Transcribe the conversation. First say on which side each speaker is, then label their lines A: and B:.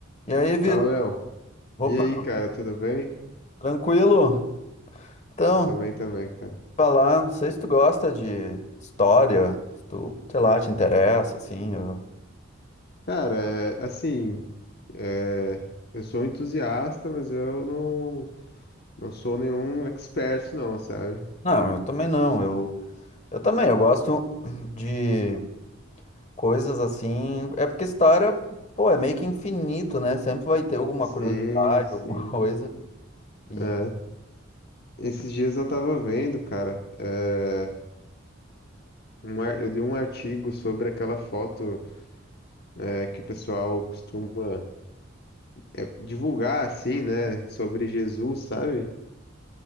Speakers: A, on the left (about 35°); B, on the left (about 55°).
A: E aí, Vitor?
B: Fala, Léo.
A: Opa,
B: E aí, cara, tudo bem?
A: tranquilo? Então,
B: Eu tô bem também, cara.
A: falar, não sei se tu gosta de história, se tu, sei lá, te interessa, assim. eu-
B: Cara, é, assim, é, eu sou um entusiasta, mas eu não, não sou nenhum expert, não, sabe?
A: Não, eu também não. Eu, eu também, eu gosto de coisas assim. É porque história, pô, é meio que infinito, né? Sempre vai ter alguma
B: Sim,
A: curiosidade,
B: sim.
A: alguma <laughs> coisa. E
B: É. Esses dias eu tava vendo, cara, é, um ar- eu li um artigo sobre aquela foto, é, que o pessoal costuma, é, divulgar, assim, né, sobre Jesus, sabe?